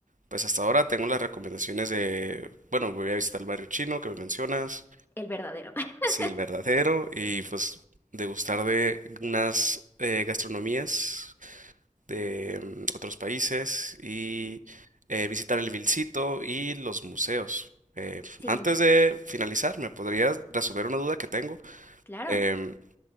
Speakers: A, on the right (about 80°); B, on the left (about 15°).
A: Pues hasta ahora tengo las recomendaciones de, bueno, voy a visitar el barrio chino que me mencionas,
B: El verdadero. <laughs>
A: sí, el verdadero, y pues degustar de unas eh, gastronomías de mm, otros países y eh, visitar el Vilcito y los museos. Eh,
B: Sí,
A: antes de finalizar, ¿me podrías resolver una duda que tengo?
B: claro.
A: Em,